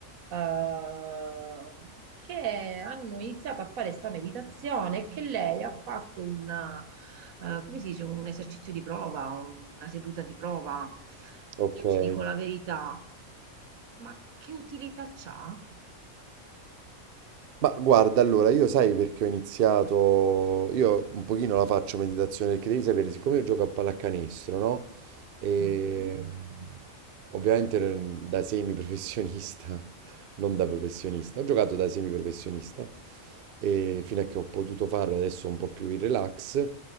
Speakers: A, on the right; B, on the right.
A: eh, che hanno iniziato a fare sta meditazione e che lei ha fatto un, eh, come si dice, un esercizio di prova, una seduta di prova.
B: Okay.
A: Io ti dico la verità, ma che utilità c'ha?
B: Ma guarda, allora, io sai perché ho iniziato, io un pochino la faccio meditazione perché devi sapere, siccome io gioco a pallacanestro, no? E
A: Mm.
B: mm, ovviamente n- da semiprofessionista, <laughs> non da professionista, ho giocato da semiprofessionista e fino a che ho potuto farlo adesso un po' più in relax,